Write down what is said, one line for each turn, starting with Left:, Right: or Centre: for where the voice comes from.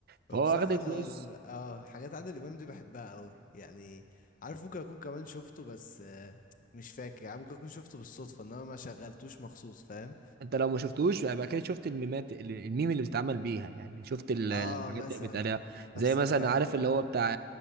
Right: فهو
Left: هو بصراحة
Right: واخد الفلوس
Left: أنا ال- اه حاجات عادل إمام دي بحبها أوي يعني عارف ممكن أكون كمان شفته بس آه، مش فاكر يعني ممكن أكون شفته بالصدفة إنما ما شغلتوش مخصوص فاهم
Right: انت لو ما شفتوش يبقى كده شفت الميمات ال- الميم اللي بتتعمل بيها يعني شفت ال-
Left: اه
Right: الحاجات
Left: مثلا
Right: اللي بتقالها زي
Left: نفس
Right: مثلا
Left: الكلام
Right: عارف اللي هو بتاع